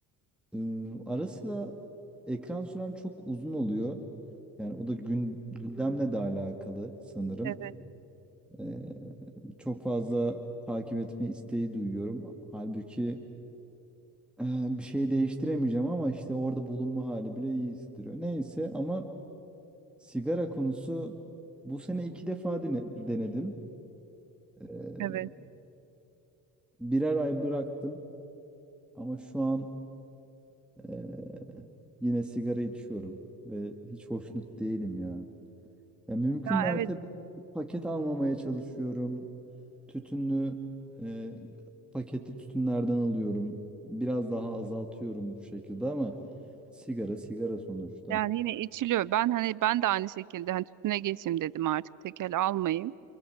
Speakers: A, in the centre; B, on the right.
A: e, ara sıra ekran sürem çok uzun oluyor. Yani o da gün, gündemle de alakalı sanırım.
B: Evet,
A: E, çok fazla takip etme isteği duyuyorum. Halbuki Ee, bir şey değiştiremeyeceğim ama işte orada bulunma hali bile iyi hissettiriyor. Neyse ama sigara konusu bu sene iki defa dene- denedim. Ee,
B: evet.
A: birer ay bıraktım ama şu an ee, yine sigara içiyorum ve hiç hoşnut değilim ya. Ya mümkün
B: Ha,
A: mertebe
B: Evet
A: paket almamaya çalışıyorum. Tütünlü ee, paketli tütünlerden alıyorum. Biraz daha azaltıyorum bu şekilde ama sigara sigara sonuçta.
B: yani yine içiliyor. Ben hani ben de aynı şekilde hani tütüne geçeyim dedim artık tekel almayayım.